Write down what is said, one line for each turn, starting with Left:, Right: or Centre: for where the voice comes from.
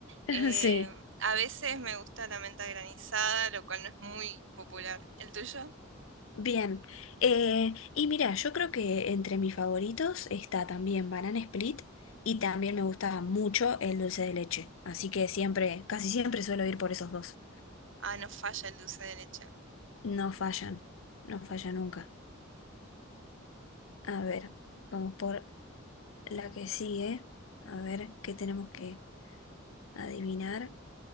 Left: <laughs>
Right: Eh,
Left: Sí,
Right: a veces me gusta la menta granizada, lo cual no es muy popular. ¿El tuyo?
Left: bien. Eh, y mira, yo creo que entre mis favoritos está también Banana Split y también me gusta mucho el dulce de leche. Así que siempre, casi siempre suelo ir por esos dos.
Right: Ah, no falla el dulce de leche.
Left: No fallan, no falla nunca. A ver, vamos por la que sigue. A ver qué tenemos que adivinar.